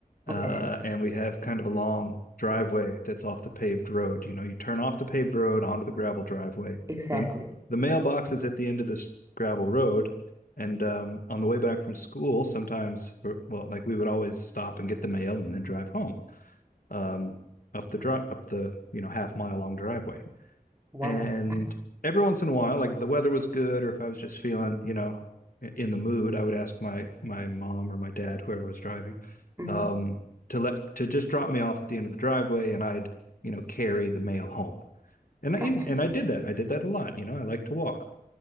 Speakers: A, on the left; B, on the right.
A: uh,
B: Okay.
A: and we have kind of a long driveway that's off the paved road. You know, you turn off the paved road onto the gravel driveway.
B: Exactly.
A: The the mailbox is at the end of this gravel road, and um, on the way back from school, sometimes, or, well, like we would always stop and get the mail and then drive home um, up the drive up the you know half mile long driveway.
B: Wow.
A: And every once in a while, like if the weather was good or if I was just feeling, you know, in the mood, I would ask my my mom or my dad, whoever was driving,
B: hmm
A: um, to let to just drop me off at the end of the driveway and I'd, you know, carry the mail home. And I
B: Gotcha.
A: and I did that. I did that a lot, you know, I like to walk.